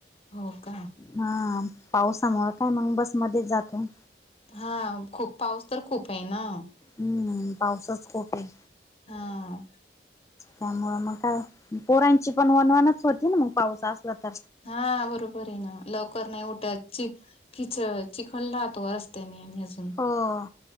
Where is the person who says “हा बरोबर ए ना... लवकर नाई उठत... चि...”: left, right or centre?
Left